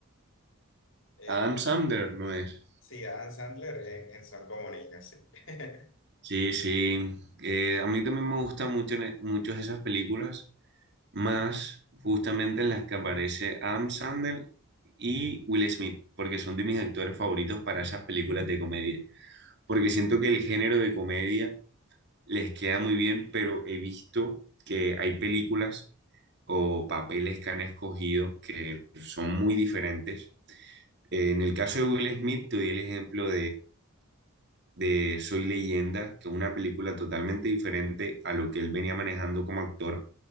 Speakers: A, on the left; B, on the right.
A: Eh,
B: Adam Sandler, ¿no es?
A: sí, Adam Sandler en, en Son como niños, sí. <laughs>
B: Sí, sí. Eh, a mí también me gustan mucho, muchos esas películas, más justamente en las que aparece Adam Sandler y Will Smith, porque son de mis actores favoritos para esas películas de comedia. Porque siento que el género de comedia les queda muy bien, pero he visto que hay películas o papeles que han escogido que son muy diferentes. Eh, en el caso de Will Smith, te doy el ejemplo de Soy Leyenda, que es una película totalmente diferente a lo que él venía manejando como actor.